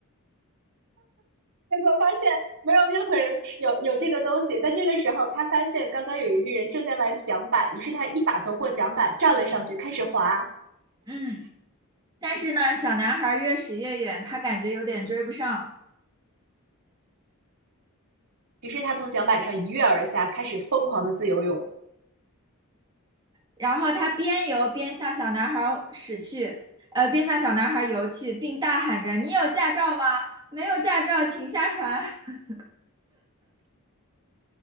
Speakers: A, on the right (about 80°); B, on the right (about 20°).
A: 结果发现没有任何人有有这个东西。但这个时候，他发现刚刚有一个人正在玩桨板，于是他一把夺过桨板，站了上去，开始滑。
B: 嗯，但是呢，小男孩越驶越远，他感觉有点追不上。
A: 于是他从桨板上一跃而下，开始疯狂的自由泳。
B: 然后他边游边向小男孩驶去，呃，边向小男孩游去，并大喊着：“你有驾照吗？没有驾照，请下船。<laughs>”